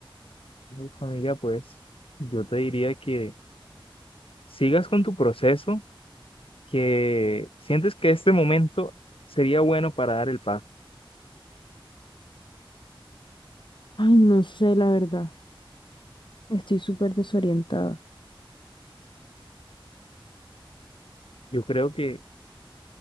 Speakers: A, on the left; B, on the left.
A: uf, amiga, pues yo te diría que sigas con tu proceso, que sientes que este momento sería bueno para dar el paso.
B: Ay, no sé, la verdad. Estoy súper desorientada.
A: Yo creo que